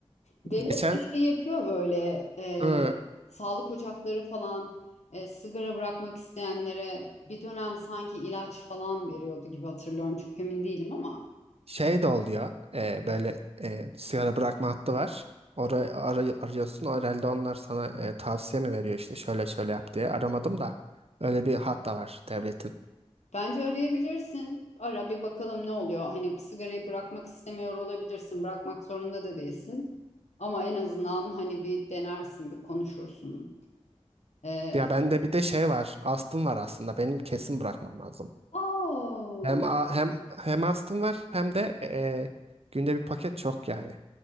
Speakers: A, on the left; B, on the right.
A: Devlet
B: Geçen
A: de şey yapıyor böyle e,
B: Hı,
A: sağlık ocakları falan e, sigara bırakmak isteyenlere bir dönem sanki ilaç falan veriyordu gibi hatırlıyorum. Çok emin değilim ama
B: şey de oluyor. E, böyle e, sigara bırakma hattı var. Orayı arı- arıyorsun. Herhalde onlar sana e, tavsiye mi veriyor işte şöyle şöyle yap diye. Aramadım da. Öyle bir hat da var devletin.
A: bence arayabilirsin. Ara bir bakalım ne oluyor. Hani sigarayı bırakmak istemiyor olabilirsin. Bırakmak zorunda da değilsin. Ama en azından hani bir denersin, bir konuşursun. E,
B: Ya bende bir de şey var. Astım var aslında. Benim kesin bırakmam lazım.
A: oh,
B: Hem a- hem hem astım var hem de e, günde bir paket çok yani.